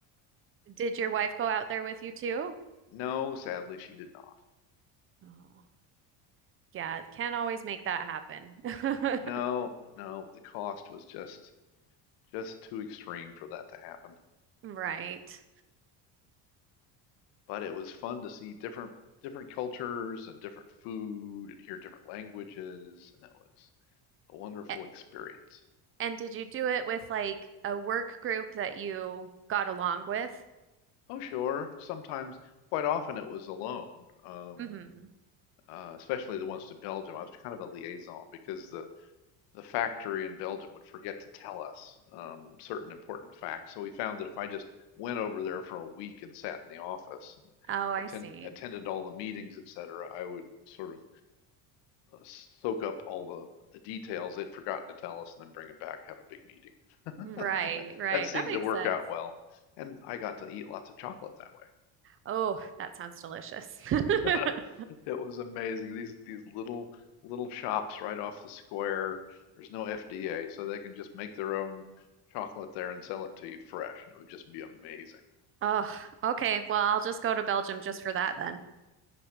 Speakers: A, on the right (about 30°); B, on the left (about 80°).
A: Did your wife go out there with you too?
B: No, sadly, she did not.
A: Oh, yeah, can't always make that happen. <laughs>
B: No, no, the cost was just just too extreme for that to happen.
A: Right.
B: But it was fun to see different different cultures and different food and hear different languages, and it was a wonderful
A: A-
B: experience.
A: And did you do it with like a work group that you got along with?
B: Oh, sure, sometimes, quite often, it was alone, um,
A: hmm
B: uh, especially the ones to Belgium. I was kind of a liaison because the the factory in Belgium would forget to tell us um, certain important facts. So we found that if I just went over there for a week and sat in the office and
A: Oh, I
B: attend,
A: see.
B: attended all the meetings, et cetera, I would sort of uh, soak up all the, the details they'd forgotten to tell us and then bring them back, and have a big meeting. <laughs>
A: Right, right.
B: That seemed
A: That makes
B: to work
A: sense.
B: out well. And I got to eat lots of chocolate that way.
A: Oh, that sounds delicious.
B: <laughs>
A: <laughs>
B: It was amazing. These these little little shops right off the square. There's no FDA, so they can just make their own chocolate there and sell it to you fresh, and it would just be amazing.
A: Oh, okay. Well, I'll just go to Belgium just for that then.